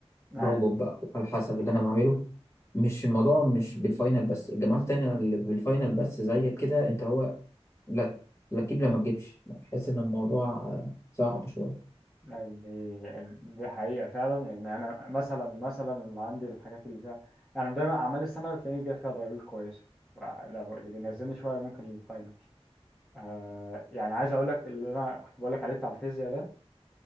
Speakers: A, in the centre; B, on the left.
A: ايوه
B: روبوت بقى على حسب اللي انا بعمله مش الموضوع مش بالفاينل بس الجامعات التانية اللي بالفاينل بس زيك كده انت هو لا لا تجيب لا ما تجيبش بحس ان الموضوع آه، صعب شوية
A: يعني دي دي حقيقة فعلا يعني أنا مثلا مثلا اللي عندي الحاجات اللي فيها أنا دايما أعمال السنة بتلاقيني جاي فيها درجات كويسة لو- اللي بينزلني شوية ممكن الفاينل آه يعني عايز أقول لك اللي أنا كنت بقول لك عليه بتاع الفيزياء ده